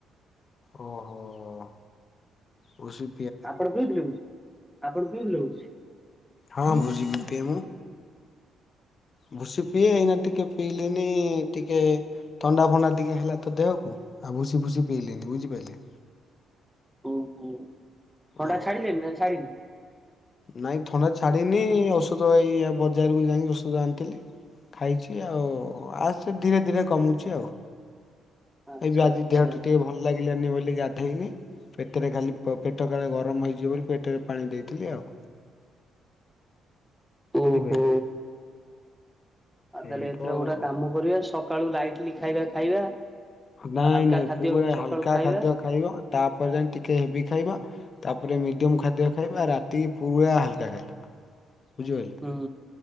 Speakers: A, on the left; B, in the centre.
A: ଓହୋ ଭୁଷି।
B: ଆପଣ କେମିତି ଲାଗୁଛି ଆପଣ କେମିତି ଲାଗୁଚି।
A: ହଁ ଭୁଷି ବି ପିଏ ମୁଁ। ଭୁସି ପିଏ ଏଇନା ଟିକେ ପିଇଲେନି ଟିକେ ଥଣ୍ଡା ଫଣ୍ଡା ଟିକେ ହେଲା ତ ଦେହକୁ ଆଉ ଭୁସି ଫୁସି ପିଇଲିନି ବୁଝିପାରିଲେ।
B: ଓହୋ ଥଣ୍ଡା
A: ଓହୋ
B: ଛାଡ଼ିିଲାନି ନା ଛାଡ଼ିିନି।
A: ନାଇଁ ଥଣ୍ଡା ଛାଡିିନି ଔଷଧ ଏଇ ବଜାରକୁ ଯାଇକି ଔଷଧ ଆଣିଥିଲି। ଖାଇଛି ଆଉ ଆସେ ଧୀରେ ଧୀରେ କମୁଛି ଆଉ।
B: ଆଚ୍ଛା
A: ଏଇବେ ଆଜି
B: ଆଚ୍ଛା
A: ଦେହ ଟ ଟିକେ ଭଲ ଲାଗିଲାନି ବୋଲି ଗାଧେଇନି। ପେଟରେ ଖାଲି ପେଟ କାଳେ ଗରମ ହେଇଯିବ ବୋଲି ପେଟରେ ପାଣି ଦେଇଥିଲି ଆଉ।
B: ଓହୋ।
A: ବୁଝିପାରିଲେ।
B: ଆଉ
A: ଏଇ
B: ତାହେଲେ ଏଥର
A: ତ
B: ଗୋଟେ କାମ କରିବା ସକାଳୁ ଲାଇଟଲି ଖାଇବା ଖାଇବା।
A: ନାଇଁ
B: ହାଲକା
A: ନାଇଁ
B: ଖାଦ୍ୟ
A: ପୁରା
B: ସକାଳୁ
A: ହାଲକା
B: ଖାଇବା।
A: ଖାଦ୍ୟ ଖାଇବ ତାପରେ ଯାଇ ଟିକେ ହେଭି ଖାଇବା, ତାପରେ ମିଡିୟମ ଖାଦ୍ୟ ଖାଇବା ରାତି ପୁରା ହାଲକା ଖାଦ୍ୟ। ବୁଝିପାଇଲୁ?
B: ହୁଁ।